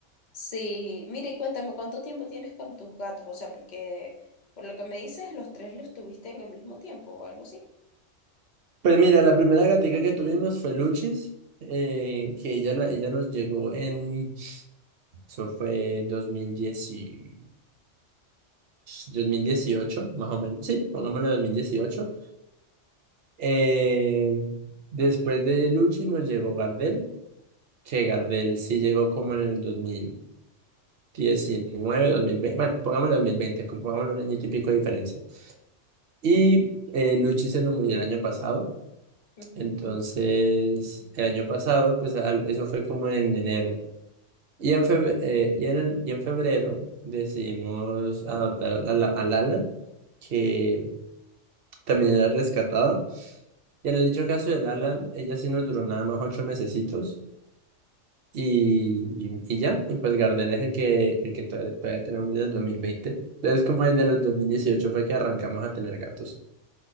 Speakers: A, on the left; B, on the right.
A: Sí, mira y cuéntame, ¿cuánto tiempo tienes con tus gatos? O sea, porque por lo que me dices, los tres los tuviste en el mismo tiempo o algo así.
B: Pues mira, la primera gatica que tuvimos fue Luchis, eh, que ella, la- ella nos llegó en, eso fue dos mil diez y- 2018, más o menos. Sí, pongámosle 2018. Eh, después de Luchis nos llegó Gardel, que Gardel sí llegó como en el dos dos mil diecinueve, dos mil veinte, bueno, pongámosle 2020, como pongámosle un año y pico de diferencia. Y eh, Luchi se nos murió el año pasado.
A: Ujú.
B: Entonces, el año pasado, pues al- eso fue como en enero. Y en febrero, y en, y en febrero decidimos adoptar a, la- a Lala, que también era rescatada. Y en el dicho caso de Lala, ella sí nos duró nada más ocho mesecitos. Y, y, ya, y pues Gardel es el que, el que todavía, todavía tenemos desde el dos mil veinte Entonces, como desde el dieciocho fue que arrancamos a tener gatos.